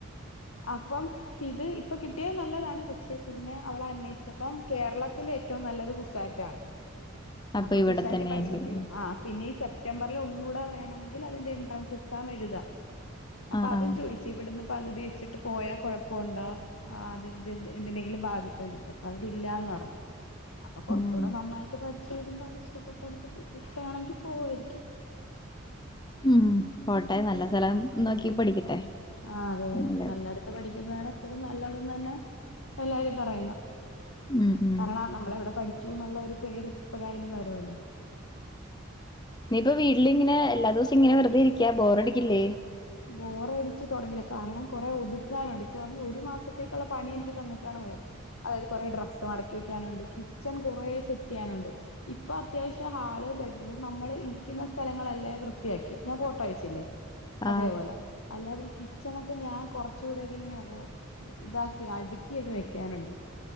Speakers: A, on the left; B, on the left.
A: അപ്പം ഇത് ഇപ്പൊ കിട്ടിയത് നല്ലതാണ് പക്ഷെ പിന്നെ അവള് അന്വേഷിച്ചപ്പം കേരളത്തില ഏറ്റവും നല്ലത് കുസാറ്റാണ്.
B: <inaudible>
A: അപ്പൊ
B: ഇവിടെ
A: കുസാറ്റിൽ
B: തന്നെ
A: പഠിച്ചോണ്ടിരിക്കുന്നു.
B: ആയിരിക്കും
A: ആ പിന്നെ ഈ സെപ് സെപ്റ്റംബറിൽ ഒന്നുകൂടെ വേണമെങ്കിൽ അതിന്റെ എൻട്രൻസ് എക്സാം എഴുതാം. അപ്പൊ
B: ആഹ്
A: അതും
B: ആഹ്
A: ചോയിച്ചു ഇവിടുന്ന് പകുതി വെച്ചിട്ട് പോയാ കുഴപ്പമുണ്ടോ? ആഹ് അത് എന്തിനെങ്കിലും ബാധിക്കോ ചോയിച്ചു. അപ്പൊ അവരില്ലാന്ന് പറഞ്ഞു. അപ്പൊ കൊറച്ചുകൂടെ
B: ഉം
A: നന്നായിട്ട് പഠിച്ച് എഴുതുമ്പോൾ അവള് ഇഷ്ടപ്പെട്ടിടുത്ത് കിട്ടുകയാണെങ്കിൽ പോവായിരിക്കും.
B: ഉം പോട്ടെ നല്ല സ്ഥലം നോക്കി പഠിക്കട്ടെ.
A: ആഹ് അതെ
B: നല്ലത്
A: നല്ലടുത്ത് പഠിക്കുന്നതാണ് എപ്പോഴും നല്ലതെന്ന് തന്നെ എല്ലാരും പറയുന്ന്.
B: ഉം ഉം
A: കാരണം ആ നമ്മളെവിടെ പഠിച്ചു എന്നുള്ള ഒരു പേര് എപ്പോഴായാലും വരുമല്ലോ.
B: നീയിപ്പൊ വീട്ടിലിങ്ങനെ എല്ലാ ദിവസം ഇങ്ങനെ വെറതെ ഇരിക്കാ ബോർ അടിക്കില്ലേ
A: ബോറടിച്ച് തുടങ്ങിയില്ല കാരണം കുറെ ഒതുക്കാനുണ്ട് ഇക്ക പറഞ്ഞഞ് ഒരു മാസത്തേക്കുള്ള പണി എനിക്ക് തന്നിട്ടാണ് പോയത് അതായത് കുറെേ ഡ്രസ്സ് മടക്കി വെക്കാനുണ്ട് കിച്ചൺ കുറെ സെറ്റെയ്യാനുണ്ട് ഇപ്പൊ അത്യാവശ്യം ഹാള് ബെഡ്റൂം നമ്മൾ ഇരിക്കുന്ന സ്ഥലങ്ങളല്ലേ വൃത്തിയാക്കി ഞാൻ ഫോട്ടോ അയച്ചില്ലേ അതേപോലെ
B: ആഹ്
A: അല്ലാതെ ഈ കിച്ചണൊക്കെ ഞാൻ കുറച്ചുകൂടെക്കെ ഇങ്ങനെ ഓ ഇതാക്കി അടുക്കി ഒക്കെ വെക്കാനുണ്ട്